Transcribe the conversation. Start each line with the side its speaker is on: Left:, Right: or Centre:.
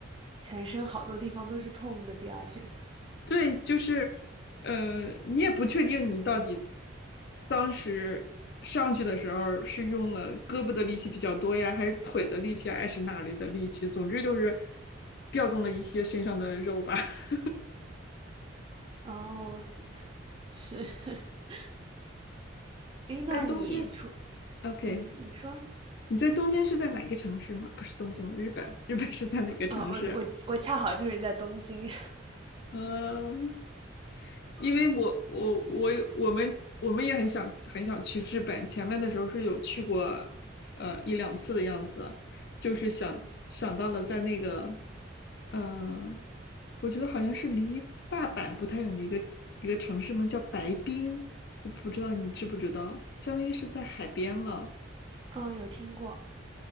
Right: 全身好多地方都是痛的。第二天，
Left: 对，就是，呃，你也不确定你到底当时上去的时候是用了胳膊的力气比较多呀，还是腿的力气，还是哪里的力气？总之就是调动了一些身上的肉吧。<laughs>
Right: 哦，是，<laughs> 诶，那你除，
Left: 在东京 o k
Right: 嗯，你说，
Left: 你在东京是在哪个城市吗？不是东京了，日本，日本是在哪个城市？
Right: 哦，我我我恰好就是在东京，
Left: 嗯，因为我我我我们我们也很想很想去日本，前面的时候是有去过，呃一两次的样子，就是想想到了在那个，呃，我觉得好像是离大阪不太远的一个一个城市嘛，叫白滨，我不知道你知不知道，相当于是在海边了。
Right: <laughs> 嗯，有听过，